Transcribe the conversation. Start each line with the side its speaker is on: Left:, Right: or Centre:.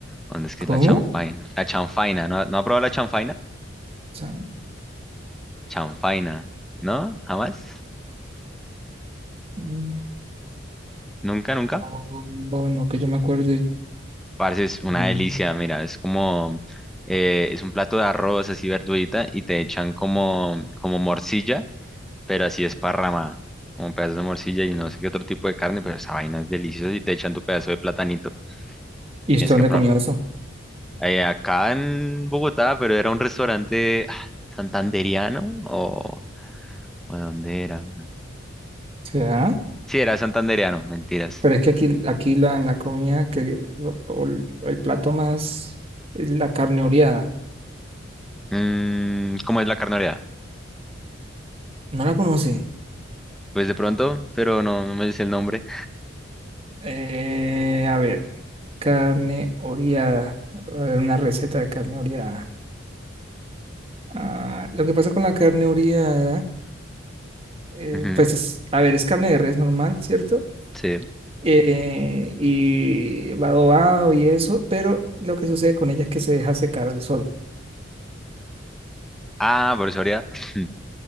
Centre: ¿dónde es que
Right: ¿Cómo?
Centre: es la chanfaina?
Right: O
Centre: La chanfaina, ¿no, no ha probado la chanfaina?
Right: sea,
Centre: Chanfaina, ¿no? ¿Jamás?
Right: mm,
Centre: ¿Nunca, nunca?
Right: oh, oh, no, que yo me acuerde.
Centre: Parce, es una
Right: Mm.
Centre: delicia, mira, es como, eh, es un plato de arroz así verdurita y te echan como, como morcilla pero así esparramada, como pedazos de morcilla y no sé qué otro tipo de carne, pero esa vaina es deliciosa y te echan tu pedazo de platanito.
Right: ¿Y usted
Centre: Tienes que
Right: dónde
Centre: probar.
Right: comió eso? O
Centre: Eh, acá en Bogotá, pero era un restaurante ah, santanderiano o, ¿o dónde era?
Right: sea,
Centre: Sí, era santanderiano, mentiras.
Right: pero es que aquí, aquí la, la comida que, o- o el plato más, es la carne oreada.
Centre: Mm, ¿cómo es la carne oreada?
Right: No la conoce.
Centre: Pues de pronto, pero no, no me dice el nombre.
Right: Eh, a ver, carne oreada. A ver, una receta de carne oreada. Ah, lo que pasa con la carne oreada, eh,
Centre: Ujú,
Right: pues es, a ver, es carne de res normal, ¿cierto?
Centre: sí.
Right: Eh, y va adobado y eso, pero lo que sucede con ella es que se deja secar al sol.
Centre: Ah, por eso oreada. <laughs>